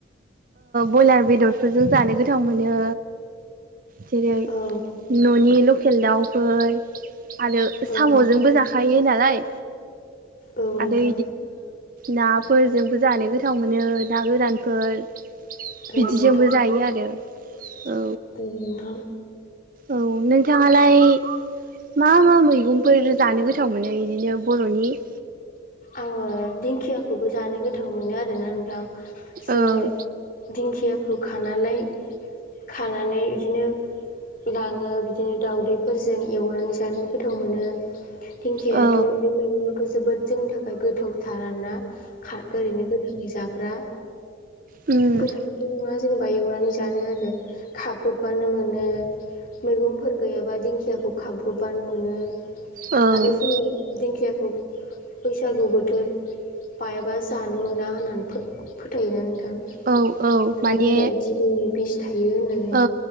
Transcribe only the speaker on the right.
बयलार बेदरफोरजों जानो गोथाव मोनो। जेरै
न'नि लकेल दाउफोर। आरो
साम'जोंबो
जाखायो नालाय
आदै। नाफोरजोंबो जानो गोथाव मोनो ना गोरानफोर।
बिदिजोंबो
जायो आरो औ।
औ नोंथाङालाय। मा मा मैगंफोर जानो गोथाव मोनो बिदिनो बर'नि।
औ
औ
उम
औ
औ औ
माने
औ